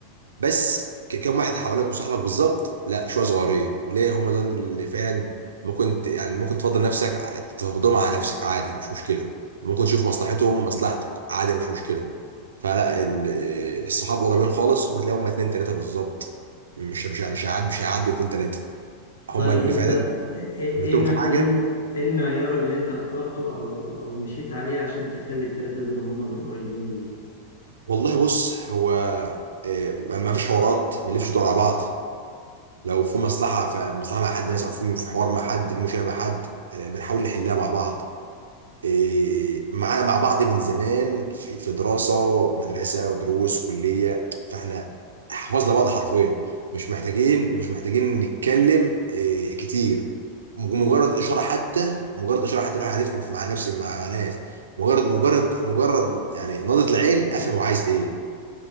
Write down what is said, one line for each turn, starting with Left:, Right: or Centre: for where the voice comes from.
Right: بس ك- كم واحد حواليك وصاحبك بالظبط لا شويه صغيرين ليه هم دول اللي فعلا ممكن ت- يعني ممكن تفضل نفسك ع- تفضلهم على نفسك عادي مش مشكله ممكن تشوف مصلحتهم مصلحتك عادي مش مشكله فلا ال- الصحاب قريبين خالص وتلاقيهم هم تلاقيهم اتنين تلاته بالظبط مش مش مش هيعدوا مش هيعدوا اتنين تلاته هم
Left: طيب
Right: اللي
Left: أنت
Right: فعلا
Left: إيه إيه
Right: عملتهم
Left: إيه ما-
Right: في حاجه
Left: إيه ال- إيه المعيار اللي أنت اخترته أو أو مشيت عليه عشان تخلي التلاتة دول هم اللي قريبين ليك؟
Right: والله بص هو آه، ما ما فيش حوارات ما نلفش دور على بعض لو في مصلحه فمصلحه مع حد مثلا او في في حوار مع حد في مشكله مع حد آه، بنحاول نحلها مع بعض آه، معانا مع بعض من زمان في في دراسه مدرسه ودروس كليه فاحنا حفظنا بعض حرفيا مش محتاجين مش محتاجين نتكلم آه، كتير مج- مجرد اشاره حتى مجرد اشاره حتى الواحد هيفهم مع نفسه مع مع ناس مجرد مجرد مجرد يعني نظره العين افهم هو عايز ايه